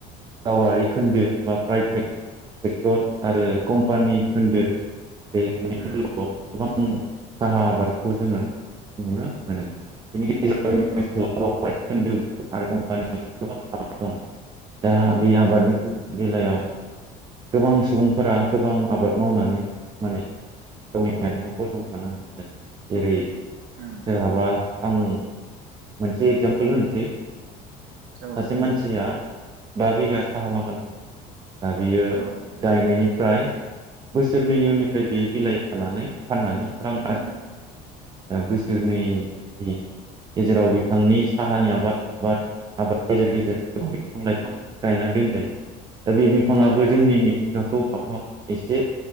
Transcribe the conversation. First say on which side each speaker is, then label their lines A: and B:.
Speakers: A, on the right; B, on the right.
A: गावारि खोन्दो बा प्राइभेट सेक्टर आरो पाननि खोन्दो बे मोननैआव
B: उम।
A: गोबां साहा आबादखौ जोङो नुनो मोनो। बेनि <unintelligible>
B: औ
A: आरो कम्पानि गोबां <unintelligible> दं दा बे आबादनि
B: उम
A: बेलायाव गोबां सुबुंफोरा गोबां आबाद मावनानै माने गावनि आयथिङाव गसंथानो हादों। जेरै
B: उम
A: सोरहाबा आं मोनसे एगजामपोल होनोसै
B: औ
A: सासे मानसिया बा बिगा साहा बागान दं। दा बियो
B: औ
A: गायनायनिफ्राय बोसोरनैनि उननिफ्राय बियो बिलाइ खानानै फाननानै रां आरजिनो
B: उम
A: हायो। दा बैसोरनि दि गेजेराव बिथांनि साहानि आबाद <unintelligible> गेजेर गेजेर बिफां लाइफां गायनानै दोनजायो। दा बे बिफाङाबो
B: औ औ
A: जोंनि मिथिंगाखौ आबहावाखौ एसे